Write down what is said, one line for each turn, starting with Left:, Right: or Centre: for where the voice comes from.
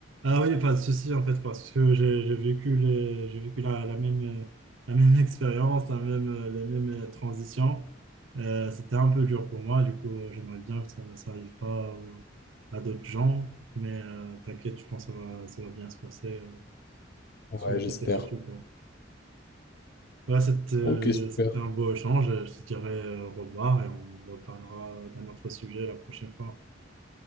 Right: Ah oui, pas de souci en fait, parce que j'ai j'ai vécu, le- j'ai vécu la, la même, euh, la même <laughs> expérience, la même, euh, les mêmes euh, transitions. Euh, c'était un peu dur pour moi, du coup, euh, j'aimerais bien que ça ça arrive pas au- à d'autres gens, mais euh, t'inquiète, je pense que ça va, ça va bien se passer. euh,
Left: Ouais,
Right: sur-
Left: j'espère.
Right: t'inquiète surtout pas. Voilà, c'était euh,
Left: Ok, super.
Right: c'était un beau échange. Je te dirai euh, au revoir et on reparlera d'un autre sujet la prochaine fois.